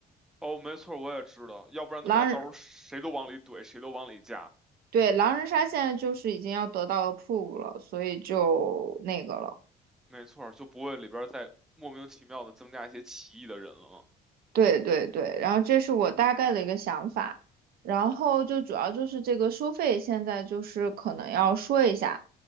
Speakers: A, in the centre; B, on the right (about 65°).
A: 哦，没错儿，我也知道，要不然的话，
B: 狼人，
A: 到时候谁都往里怼，谁都往里加，
B: 对，狼人杀现在就是已经要得到 approve 了，所以就那个了。
A: 没错儿，就不会里边儿再莫名其妙的增加一些奇异的人了。
B: 对对对，然后这是我大概的一个想法，然后就主要就是这个收费，现在就是可能要说一下，